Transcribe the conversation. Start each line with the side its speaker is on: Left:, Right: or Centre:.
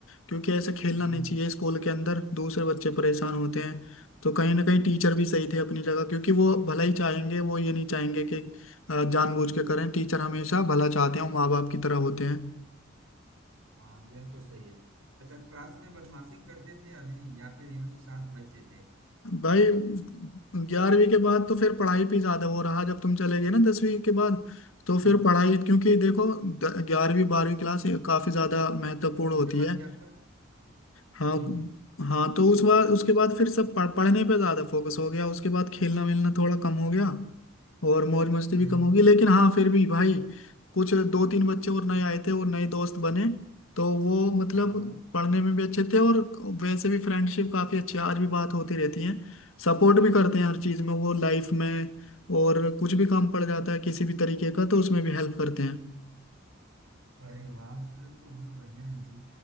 Left: क्योंकि ऐसे खेलना नहीं
Right: जी
Left: चाहिए
Right: जी
Left: स्कूल के अंदर दूसरे बच्चे परेशान होते हैं तो कहीं ना कहीं टीचर भी सही थे अपनी जगह क्योंकि वो भला ही चाहेंगे वो ये नहीं चाहेंगे कि अ, जानबूझ के करें टीचर हमेशा भला चाहते हैं माँ बाप की तरह होते हैं
Right: हाँ यह तो सही है अच्छा क्लास में बदमाशी करते थे या नहीं या फिर यूं ही शांत बच्चे थे
Left: भाई ग्यारहवीं के बाद तो फिर पढ़ाई पे ज्यादा वो रहा जब तुम चले गए ना दसवीं के बाद तो फिर
Right: हाँ
Left: पढ़ाई क्योंकि देखो ग्यारहवीं बारहवीं क्लास काफी ज्यादा महत्वपूर्ण
Right: उसके
Left: होती
Right: बाद
Left: है
Right: क्या हुआ
Left: हाँ
Right: जी जी
Left: हाँ तो उस बार उसके बाद फिर सब पढ़, पढ़ने पे ज्यादा फोकस हो गया उसके बाद खेलना मिलना थोड़ा कम हो गया और मौज मस्ती भी
Right: हम्म
Left: कम
Right: हम्म
Left: हो गई लेकिन हाँ फिर भी भाई कुछ दो तीन बच्चे और नए आए थे और नए दोस्त बने तो वो मतलब
Right: हाँ हाँ
Left: पढ़ने में भी अच्छे थे और वैसे भी फ्रेंडशिप काफी अच्छी है आज भी बात होती रहती है सपोर्ट भी करते हैं हर चीज में वो लाइफ में और कुछ भी काम पड़ जाता है किसी भी तरीके का तो उसमें भी हेल्प करते हैं
Right: अरे वाह फिर तो बहुत बढ़िया है जी